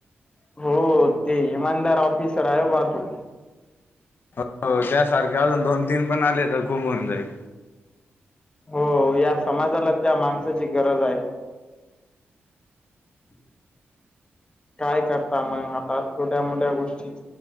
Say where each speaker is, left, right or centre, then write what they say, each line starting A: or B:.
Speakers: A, on the left; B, on the left.
A: हो ते इमानदार ऑफिसर आहे बा तो
B: हो त्यासारख्या अजून दोन तीन पण आले तर खूप होऊन जाईल.
A: हो या समाजाला त्या माणसाची गरज आहे. हम <inaudible> काय करता मग आता छोट्या मोठ्या गोष्टीच